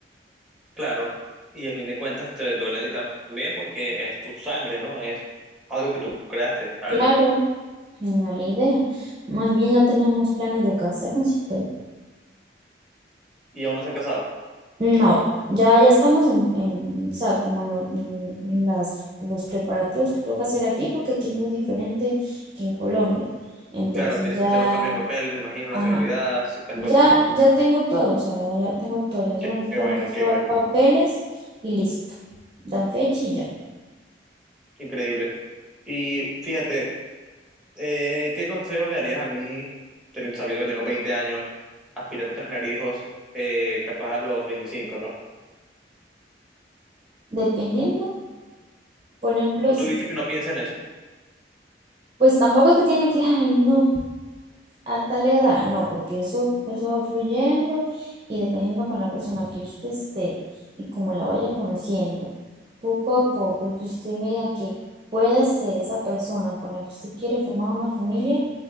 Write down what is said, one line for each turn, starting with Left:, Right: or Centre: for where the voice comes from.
Centre: claro. Y a fin de cuentas te duele a ti también porque es tu sangre, ¿no? Es algo que tú creaste, alguien.
Right: Claro, no es la idea. Más bien ya tenemos planes de casarnos y todo.
Centre: y aún no se han casado.
Right: No, ya, ya estamos en, en, o sea, como en, lo- en- las, los preparativos que toca hacer aquí, porque aquí es muy diferente que en Colombia. Entonces
Centre: Claro, tienes
Right: ya,
Centre: que hacer los cambios de papeles, me imagino, nacionalidad,
Right: ajá,
Centre: ciertas
Right: ya,
Centre: cosas, ¿no?
Right: ya tengo todo, o sea, ya, ya tengo todo, ya solamente
Centre: Qué, qué
Right: tengo
Centre: bueno,
Right: que llevar
Centre: qué bueno.
Right: papeles y listo. Dan fecha y ya.
Centre: Increíble. Y fíjate, eh, ¿qué consejo me darías a mí, teni- sabiendo que tengo 20 años, aspirando a tener hijos, eh, capaz a los veinticinco ¿no?
Right: Dependiendo, por ejemplo,
Centre: O
Right: si,
Centre: tú dices
Right: te-
Centre: que no pienses en eso.
Right: pues tampoco es que tiene que, ay, no. a tal edad, no, porque eso, eso va fluyendo y dependiendo con la persona que usted esté y como la vaya conociendo, poco a poco, y que usted vea que puede ser esa persona con la que usted quiere formar una familia,